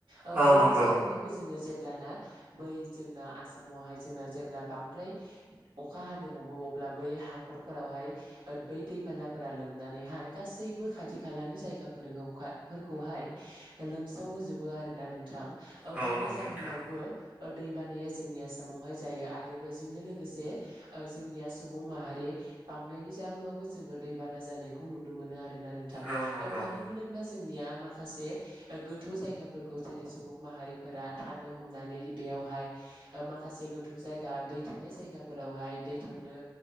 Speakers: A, on the right; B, on the right.
A: ओ
B: औ
A: बैनि
B: नंगौ
A: जाउनावबो जोङो जे जेल्बाना बै जोंना आसामावहाय जोंना जेब्ला बांद्राय अखा हानो हमो अब अब्ला बै हाखरफोरावहाय बै दैबानाफोरा लोमनानैहाय गासैबो खाथि खालानि जायगाफोरखौहाय लोमसाव होजोबो आरोना नोंथां।
B: औ
A: बैनि
B: नंगौ
A: जाहोनावबो
B: नोंथां
A: दै बानाया जोंनि आसामावहाय जायो आरो बेजोंनो लोगोसे जोंनिया सुबुं माहारि बांनायनि जाहोनावबो जोङो दैबाना जानायखौ नुनो मोनो आरोोना नोंथां
B: औ नंगौ
A: मानो होनोब्ला जोंनिया माखासे गोथौ जायगाफोरखौ जेरै सुबुं माहारिफोरा थानो हमनानै बे यावहाय माखासे गोथौ जायगा दै थानाय जायगाफोरावहाय दै थांनो